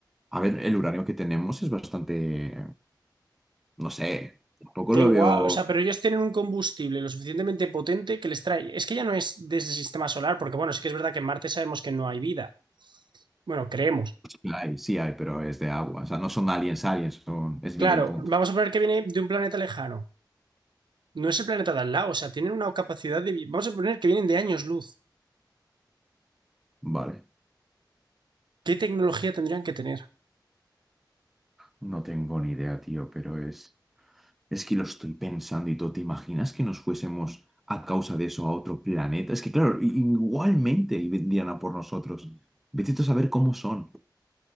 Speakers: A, in the centre; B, on the right.
A: A ver, el uranio que tenemos es bastante, no sé, tampoco
B: Da
A: lo
B: igual,
A: veo.
B: o sea, pero ellos tienen un combustible lo suficientemente potente que les trae. Es que ya no es desde el sistema solar, porque bueno, sí que es verdad que en Marte sabemos que no hay vida. Bueno, creemos.
A: Sí hay, sí hay, pero es de agua. O sea, no son aliens, aliens, son, es vida
B: Claro,
A: y punto.
B: vamos a poner que viene de un planeta lejano. No es el planeta de al lado, o sea, tienen una capacidad de... vi- Vamos a poner que vienen de años luz.
A: Vale,
B: ¿Qué tecnología tendrían que tener?
A: no tengo ni idea, tío, pero es... Es que lo estoy pensando y todo. ¿Te imaginas que nos fuésemos a causa de eso a otro planeta? Es que, claro, i- igualmente y vendrían a por nosotros. Vete tú a saber cómo son.